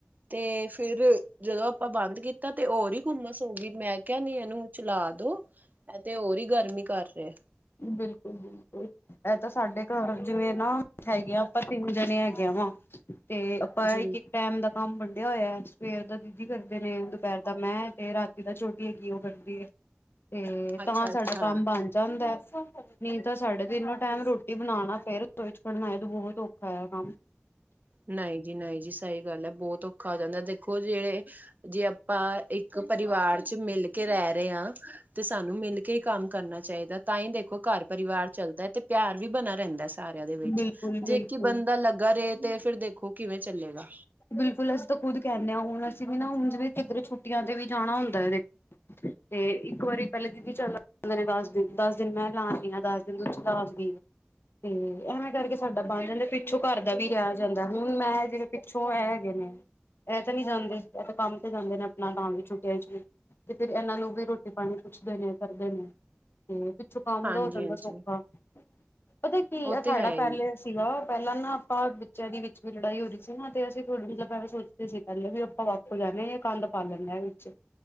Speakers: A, on the right; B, on the left.
A: ਤੇ ਫਿਰ ਜਦੋਂ ਆਪਾਂ ਬੰਦ ਕੀਤਾ ਤੇ ਹੋਰ ਹੀ ਘੁੰਮਸ ਹੋਗੀ, ਮੈਂ ਕਿਹਾ ਨਹੀਂ ਇਹਨੂੰ ਚਲਾ ਦੋ। ਐ ਤੇ ਹੋਰ ਹੀ ਗਰਮੀ ਕਰ ਰਿਹਾ।
B: ਬਿਲਕੁਲ ਜੀ। ਐ ਤਾਂ ਸਾਡੇ ਘਰ ਜਿਵੇਂ ਨਾ, ਹੈਗੇ ਆਪਾਂ ਤਿੰਨ ਜਨੇ ਹੈਗੇ ਆ ਵਾ। 'ਤੇ ਆਪਾਂ
A: ਜੀ
B: ਇੱਕ-ਇਕ ਟੈਮ ਦਾ ਕੰਮ ਵਡਿੰਆ ਹੋਇਐ, ਸਵੇਰ ਦਾ ਦੀਦੀ ਕਰਦੇ ਨੇ, ਦੁਪਹਿਰ ਦਾ ਮੈਂ ਤੇ ਰਾਤੀ ਦਾ ਛੋਟੀ ਹੈਗੀ ਉਹ ਕਰਦੀ ਐ। 'ਤੇ, ਤਾਂ
A: ਅੱਛਾ
B: ਸਾਡਾ
A: ਅੱਛਾ
B: ਕੰਮ ਬੰਨ ਜਾਂਦੈ। ਨਈਂ ਤਾਂ ਸਾਡੇ ਤਿੰਨੋ ਟਾਈਮ ਰੋਟੀ ਬਨਾਨਾ, ਫਿਰ ਰਸੋਈ 'ਚ ਵੜਨਾ ਏ ਤੇ ਬੋਤ ਔਖਾ ਐ ਕੰਮ।
A: ਨਈਂ ਜੀ, ਨਈਂ ਜੀ ਸਹੀ ਗੱਲ ਐ, ਬਹੁਤ ਔਖਾ ਆ ਜਾਂਦੈ, ਦੇਖੋ ਜਿਹੜੇ ਜੇ ਆਪਾਂ ਇੱਕ ਪਰਿਵਾਰ 'ਚ ਮਿਲ ਕੇ ਰੈ ਰੇਅ ਆ 'ਤੇ ਸਾਨੂੰ ਮਿਲ ਕੇ ਈ ਕੰਮ ਕਰਨਾ ਚਾਈਦੈ। ਤਾਂ ਈ ਦੇਖੋ ਘਰ ਪਰਿਵਾਰ ਚੱਲਦੈ 'ਤੇ ਪਿਆਰ ਵੀ ਬਨਾ ਰੈਂਦਾ ਸਾਰਿਆਂ ਦੇ ਵਿੱਚ,
B: ਬਿਲਕੁਲ
A: ਜੇ
B: ਬਿਲਕੁਲ
A: ਇੱਕ ਈ ਬੰਦਾ ਲੱਗਾ ਰੇ 'ਤੇ ਫਿਰ ਦੇਖੋ ਕਿਵੇਂ ਚੱਲੇਗਾ।
B: ਬਿਲਕੁਲ, ਅਸੀਂ ਤਾਂ ਖੁਦ ਕੈਂਨੇ ਆ, ਹੁਨ ਅਸੀਂ ਵੀ ਨਾ ਹੁਨ ਜਿਵੇਂ ਕਿੱਧਰੇ ਛੁੱਟੀਆਂ 'ਤੇ ਵੀ ਜਾਨਾ ਹੁੰਦੈ ਵੇ। 'ਤੇ ਇੱਕ ਵਾਰੀ ਪਹਿਲੇ ਦੀਦੀ ਚੱਲ ਜਾਂਦੇ ਨੇ ਦਸ ਦਿਨ, ਦਸ ਦਿਨ ਮੈਂ ਲਾ ਆਨੀ ਆ, ਦਸ ਦਿ ਫਿਰ ਦੂਜੀ ਲਾ ਆਂਦੀ ਏ। 'ਤੇ ਐਵੇਂ ਕਰਕੇ ਸਾਡਾ ਬਨ ਜਾਂਦੈ, ਫਿਰ ਪਿੱਛੋਂ ਘਰ ਦਾ ਵੀ ਰਹਿ ਜਾਂਦੈ ਹੁਨ ਮੈਂ ਜਿਵੇਂ ਪਿੱਛੋਂ ਐ ਹੈਗੇ ਨੇ, ਐ ਤੇ ਨੀ ਜਾਂਦੇ, ਐ ਤਾਂ ਕੰਮ ਤੇ ਜਾਂਦੇ ਨੇ, ਆਪਨਾ ਤਾਂ ਵੀ ਛੁੱਟਿਆ 'ਚ ਵੀ। 'ਤੇ ਫਿਰ ਏਨਾਂ ਨੂੰ ਵੀ ਰੋਟੀ-ਪਾਣੀ ਪੁੱਛਦੇ ਨੇ ਕਰਦੇ ਨੇ। ਹੂੰ ਤੇ ਪਿੱਛੋਂ ਕੰਮ
A: ਹਾਂਜੀ
B: ਦਾ ਹੋ ਜਾਂਦਾ
A: ਹਾਂਜੀ
B: ਸੌਖਾ, ਪਤਾ ਕੀ
A: ਉਹ
B: ਐ
A: ਤੇ
B: ਸਾਡਾ
A: ਹੈ ਹੀ
B: ਪਹਿਲੇ ਸੀਗਾ ਪਹਿਲਾਂ ਨਾ ਆਪਾਂ ਬੱਚਿਆਂ ਦੀ ਵਿੱਚ ਵੀ ਲੜਾਈ ਹੋਜੂ 'ਤੇ ਨਾ, ਤੇ ਅਸੀਂ ਥੋੜਾ ਮਤਲਬ ਐਂਵੇਂ ਸੋਚਦੇ ਸੀ ਪਹਿਲੇ ਵੀ ਆਪਾਂ ਵੱਖ ਹੋ ਜਾਨੇ ਆ, ਕੰਧ ਪਾ ਲੈਨੇ ਆ ਵਿੱਚ।